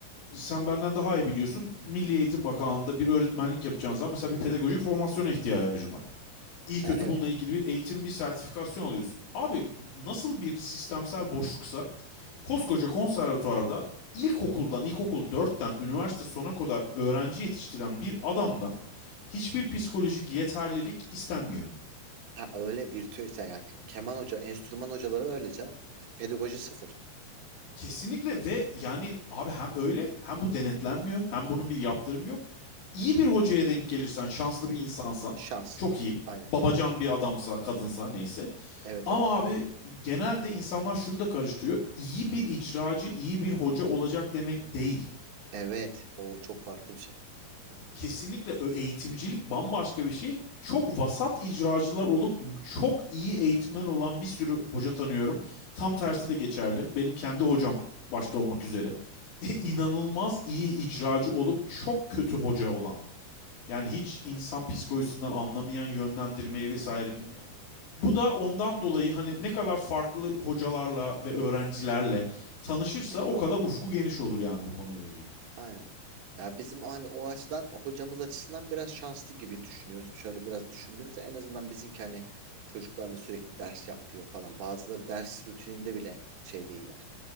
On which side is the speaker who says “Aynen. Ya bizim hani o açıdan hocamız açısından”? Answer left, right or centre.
Right